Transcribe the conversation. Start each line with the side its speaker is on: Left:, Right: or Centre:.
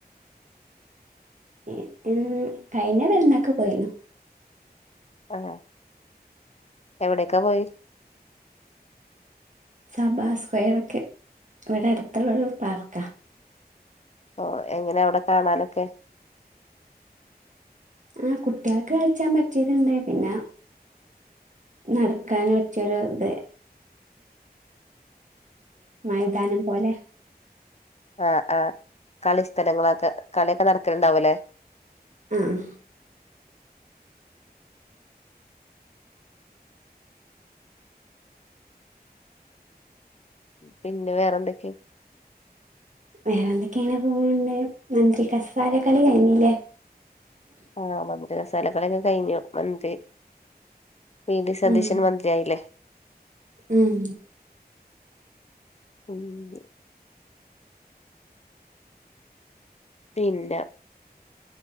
Right: <unintelligible> കഴിഞ്ഞ പേരുന്നൊക്കെ പോയിനു....
Left: ആഹ എവിടെൊക്കെ പോയി
Right: സബാ സ്ക്വയർ ഒക്കെ ഇവിടെ അടുത്തുള്ളരു പാർക്കാ
Left: ഓ എങ്ങനെ അവിടെ കാണാനൊക്കെ
Right: ആഹ കുട്ടികൾക്ക് കലിച്ചാൻ പറ്റിയതുണ്ട് പിന്നെ നടക്കൻ പറ്റൊരു ഇത മൈതാനം പോലെ
Left: ആഹ ആഹ കളി സ്ഥലങ്ങളൊക്കെ കളിയൊക്കെ നടക്കലണ്ടാവും അല്ലേ
Right: മ്മ്
Left: പിന്നെ വേറെന്തൊക്കെ?
Right: വേറെന്തൊക്കെയിങ്ങനെ പോണ് മന്ത്രി കസാര കളി കഴിഞ്ഞില്ലേ?
Left: ആഹ് മന്ത്രി കസാല കളീക്കെ കഴിഞ്ഞു മന്ത്രി വി ഡി സതീശൻ
Right: ഉം
Left: മന്ത്രിയായില്ലേ?
Right: ഉം
Left: ഉം. പിന്ന